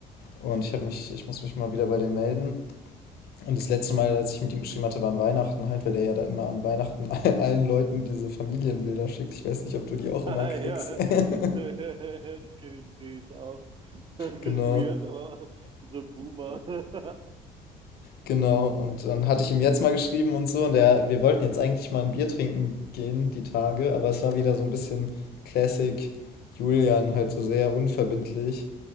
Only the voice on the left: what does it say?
und ich habe mich, ich muss mich mal wieder bei dem melden, Und das letzte Mal, als ich mit ihm geschrieben hatte, war an Weihnachten halt, weil er ja da immer an Weihnachten <laughs> allen Leuten diese Familienbilder schickt. Ich weiß nicht, ob du die
auch
immer kriegst.
<laughs>
Genau.
Genau, und dann hatte ich ihm jetzt mal geschrieben und so, und er, wir wollten jetzt eigentlich mal ein Bier trinken gehen, die Tage, aber es war wieder so ein bisschen Classic Julian, halt so sehr unverbindlich.